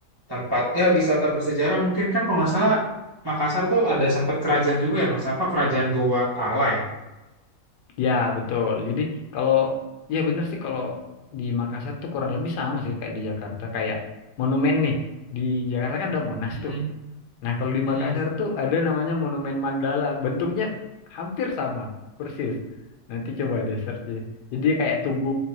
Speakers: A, on the right; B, on the left.
A: tempat ya wisata bersejarah mungkin kan kalau nggak salah Makassar tuh ada sempat kerajaan juga ya Mas. Apa kerajaan Goa Tala ya?
B: Ya, betul. Jadi kalau ya bener sih kalau di Makassar tuh kurang lebih sama sih kayak di Jakarta, kayak monumen nih. Di Jakarta kan ada Monas
A: Mm-mm,
B: tuh. Nah, kalau di
A: mm-mm.
B: Makassar tuh ada namanya Monumen Mandala. Bentuknya hampir sama, persis. Nanti coba deh search deh. Jadi kayak tugu